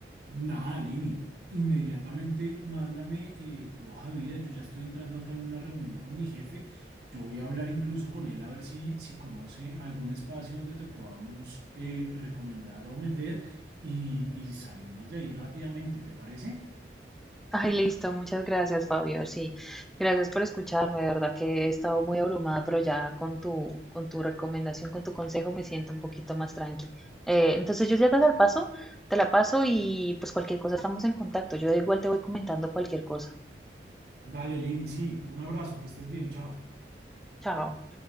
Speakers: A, on the right; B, in the centre.
A: Nada, Lini. Inmediatamente mándame eh, tu hoja de vida. Yo ya estoy entrando acá en una reunión con mi jefe. Yo voy a hablar incluso con él a ver si, si conoce algún espacio donde te podamos eh, recomendar o meter y, y salimos de ahí rápidamente. ¿Te parece?
B: Ay, listo, muchas gracias, Fabio. Sí, gracias por escucharme. De verdad que he estado muy abrumada, pero ya con tu, con tu recomendación, con tu consejo, me siento un poquito más tranqui. Eh, entonces yo ya te la paso, te la paso y pues cualquier cosa estamos en contacto. Yo igual te voy comentando cualquier cosa.
A: Dale, Lini, sí. Un abrazo, que estés bien. Chao.
B: Chao.